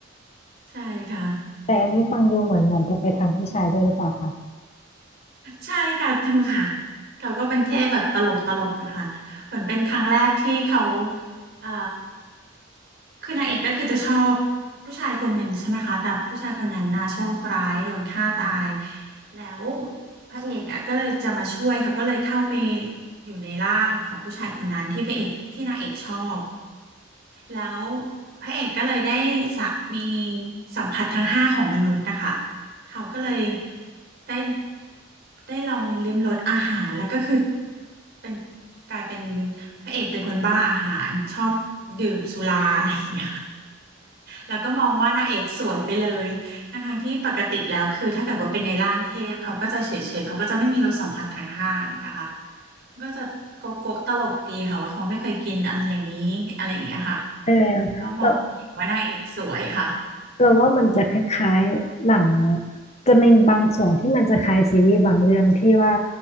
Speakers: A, on the right; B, on the left.
A: ใช่ค่ะ
B: แต่อันนี้ฟังดูเหมือนเหมือนจะไปทางผู้ชายด้วยหรือเปล่าคะ
A: ใช่ค่ะถูกค่ะเขาก็เป็นเทพแบบตลกตลกอะค่ะเหมือนเป็นครั้งแรกที่เขาเอ่อคือนางเอกก็คือจะชอบผู้ชายคนหนึ่งใช่ไหมคะแต่ผู้ชายคนนั้นน่าโชคร้ายโดนฆ่าตายแล้วพระเอกอะก็เลยจะมาช่วยเขาก็เลยเข้าไปอยู่ในร่างของผู้ชายคนนั้นที่พระเอกที่นางเอกชอบ แล้วพระเอกก็เลยได้สะมีสัมผัสทั้งห้าของมนุษย์นะคะเขาก็เลยได้ได้ลองลิ้มรสอาหารแล้วก็คือเป็นกลายเป็นพระเอกเป็นคนบ้าอาหารชอบดื่มสุราอะไรอย่างเงี้ยแล้วก็มองว่านางเอกสวยไปเลยทั้งทงที่ปกติแล้วคือถ้าเกิดว่าเป็นในร่างเทพเขาก็จะเฉยๆเขาก็จะไม่มีรสสัมผัสทางห้าอย่างคะ ก็จะโกโก้ตลกดีค่ะว่าเขาไม่เคยกินอะไรอย่างนี้อะไรอย่างเงี้ยค่ะ
B: เออ
A: แล้วก็มองเห็นว่านางเอกสวยค่ะ
B: เราเราว่ามันจะคล้ายๆหนังจะมีบางส่วนที่มันจะคล้ายซีรีส์บางเรื่องที่ว่า